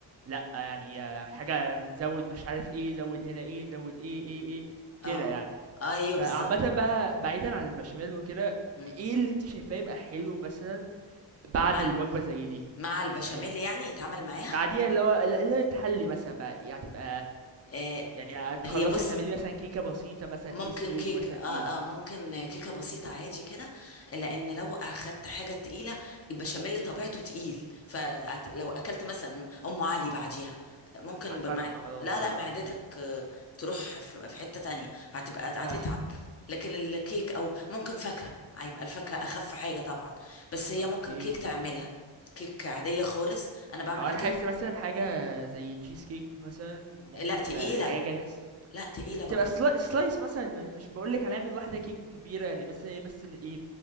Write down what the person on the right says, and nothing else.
لأ، يعني آه، حاجة من زوِّد مش عارف إيه، زوِّد هنا إيه، زوِّد إيه، إيه، إيه، كده
يعني.
فعامةً
بقى بعيدًا عن البشاميل وكده،
إيه اللي أنتِ شايفاه يبقى حلو مثلًا بعد
الوجبة زي دي؟
يعني
بعديها اللي هو اللي هي تحلي مثلا بقى يعني هتبقى
يعني هتخلصي
تعملي مثلا كيكة بسيطة مثلا
تشيز كيك
مثلا
ايه
هنفرقع
خلاص
بقى
اه
اوكي
هو انا
حاسس مثلا حاجة زي تشيز كيك مثلا ممكن
تبقى حاجة س-
بتبقى
سلا- سلايس مثلا مش مش بقولك هنعمل واحدة كيك كبيرة يعني مثلا إيه، بس إن ايه